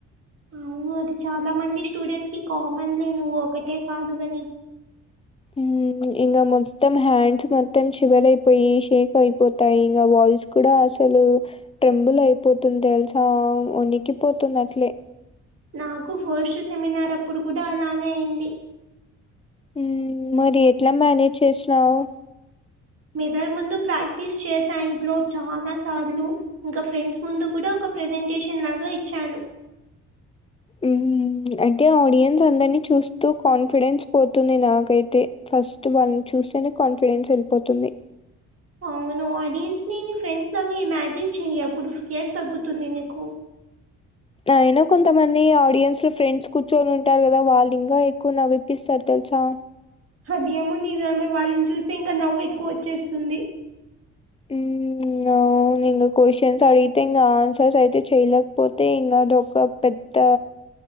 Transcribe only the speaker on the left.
ఉమ్, ఇంకా మొత్తం హ్యాండ్స్ మొత్తం షివర్ అయిపోయి షేక్ అయిపోతాయి ఇంకా వాయిస్ నాక్కూడా కూడా అసలు ట్రెంబుల్ అయిపోతుంది తెలుసా ఉనికిపోతున్నా అట్లే
మ్న మరి ఎట్లా మేనేజ్ చేసినావు
హ్మ్ అంటే ఆడియన్స్ అందరిని చూస్తూ కాన్ఫిడెన్స్ పోతుంది నాకైతే ఫస్ట్ వాళ్ళని చూస్తేనే కాన్ఫిడెన్స్ వెళ్ళిపోతుంది
అయినా కొంతమంది ఆడియన్స్ లో ఫ్రెండ్స్ కూర్చొని ఉంటారు కదా వాళ్ళు ఇంకా ఎక్కువ నగపిస్తారు తెలుసా
ఇంగా అవును ఇంకా క్వశ్చన్స్ అడిగితే ఇంకా ఆన్సర్స్ అయితే చెయలేకపోతే ఇంకా అదొక పెద్ద